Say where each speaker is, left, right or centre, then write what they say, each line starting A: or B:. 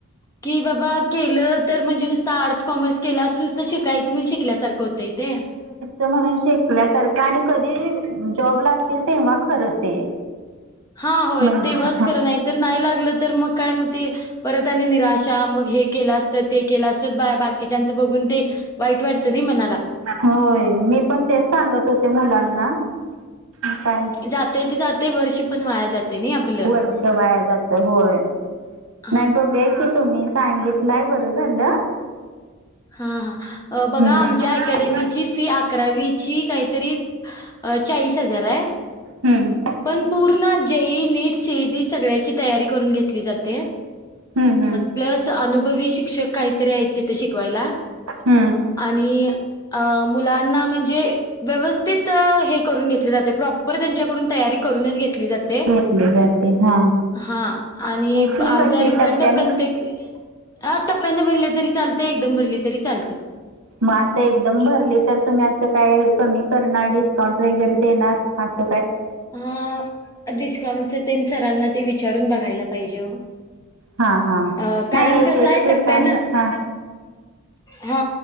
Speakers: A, on the left; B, on the right.
A: की बाबा, केलं तर म्हणजे नुसत आर्टस कॉमर्स केलास नुसत शिकायच म्हणून शिकल्यासारखं होतंय. ते
B: उग म्हणून शिकल्यासारखं आणि कधी जॉब लागतील तेव्हा खरं ते
A: हा होय
B: म्हणजे
A: तेव्हाच खरं नाय तर नाही लागलं तर मग काय मग ते परत आणि निराशा मग हे केलं असतं ते केलं असतं बाकीच्यांच बघून ते वाईट वाटतं ना मनाला
B: होय मी पण तेच सांगत होते मुलांना काय
A: जाते ते जाते वर्ष पण वाया जाते ना आपलं
B: वर्ष वाया जात होय
A: हा
B: नाही बघूया की तुम्ही सांगितलंय बरं झालं.
A: हा हा बघा
B: हम्म
A: आमच्या अकॅडमी ची फी अकरावीची काही तरी चाळीस हजार आहे
B: हम्म
A: पण पूर्ण जेईई नीट सीईटी सगळ्याची तयारी करून घेतली जाते
B: हम्म हम्म
A: प्लस अनुभवी शिक्षक काहीतरी आहेत तिथे शिक शिकवायला
B: हम्म
A: आणि मुलांना म्हणजे व्यवस्थित हे करून घेतलं जाते प्रॉपर त्यांच्याकडून तयारी करूनच घेतली जाते.
B: मी जाते. हा
A: हां आणि
B: फी
A: आमचा
B: कशी
A: रिझल्ट
B: टप्प्याने
A: प्रत्येक टप्प्याने भरले तरी चालते एकदम भरले तरी चालते
B: मग असं एकदम भरली तर तुम्ही अस काय कमी करणार डिस्काउंट वगैरे देणार अस
A: हा डिस्काउंट सरांना ते विचारून बघायला पाहिजे.
B: हा हा
A: अ कारण
B: नाही एक
A: कसं
B: एक
A: आहे
B: ठिकाणी
A: टप्प्यानं
B: हा
A: हा